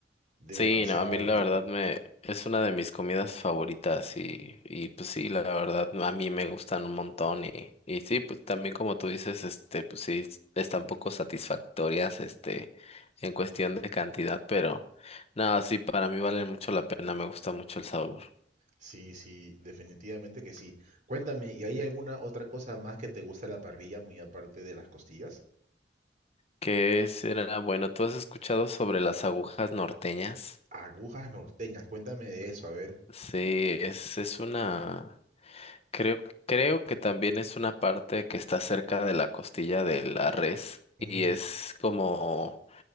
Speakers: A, on the right; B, on the left.
A: Demasiado
B: Sí, no, a mí la
A: rico.
B: verdad me es una de mis comidas favoritas y, y pues sí, la verdad a mí me gustan un montón y, y sí, pues también como tú dices, este, pues sí, es- están poco satisfactorias, este, en cuestión de cantidad, pero no, sí, para mí valen mucho la pena, me gusta mucho el sabor.
A: Sí, sí, definitivamente que sí. Cuéntame, ¿y hay alguna otra cosa más que te gusta de la parrilla, muy aparte de las costillas?
B: ¿Qué será? Bueno, ¿tú has escuchado sobre las agujas norteñas?
A: Agujas norteñas, cuéntame de eso, a ver.
B: Sí, es, es una... Creo, creo que también es una parte que está cerca de la costilla de la res y
A: Mm,
B: es como,